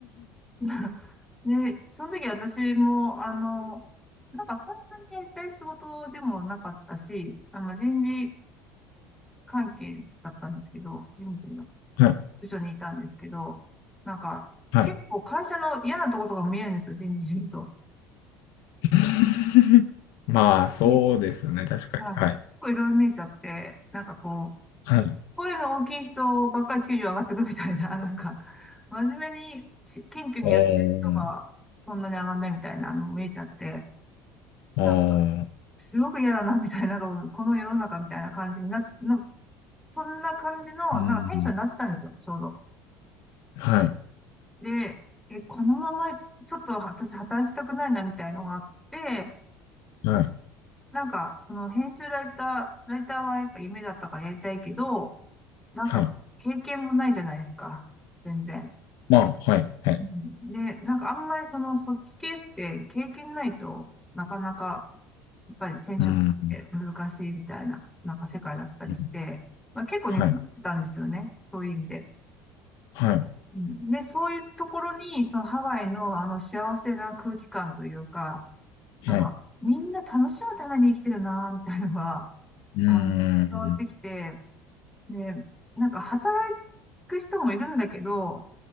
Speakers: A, in the centre; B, on the left.
A: <laughs> で、その時私も、あの、なんかそんなにやりたい仕事でもなかったし、あの、人事関係だったんですけど、人事の
B: はい。
A: 部署にいたんですけど、なんか結構会社の嫌なとことかも見えるんですよ、
B: はい。
A: 人事見ると。
B: <laughs> まあ、そうですね。
A: いはい
B: 確かに。
A: 結構いろいろ見えちゃって、
B: はい。
A: なんかこう、
B: はい。
A: 声の大きい人ばっかり給料上がってくみたいな、<laughs> なんか、真面目にし謙虚にやってる人がそんなに上がんないみたいなのも見えちゃって、
B: おー。おー。
A: なんか、すごく嫌だな、みたいな、なんかこの世の中みたいな感じにな、な、そんな感じの、
B: うん。
A: なんかテンションになってたんですよ、ちょうど。
B: はい。
A: で、え、このまま、ちょっと私働きたくないな、みたいのがあって、
B: はい。
A: なんか、その編集ライター、ライターはやっぱ夢だったからやりたいけど、なんか、
B: はい。
A: 経験もないじゃないですか、全然。
B: まあ、はい。はい。
A: うんで、なんかあんまりその、そっち系って経験ないとなかなかぱり転職って難しいみたいな、
B: うん。
A: なんか世界だったりして、
B: うん
A: まあ、結構熱持ってたんですよね。
B: はい。
A: そういう意味で。
B: はい。
A: うん、で、そういうところに、そのハワイのあの幸せな空気感というか、なんか、
B: はい。
A: みんな楽しむために生きてるな、みたいなのが、
B: うん。
A: あの、伝わってきて、で、なんか働く人もいるんだけど、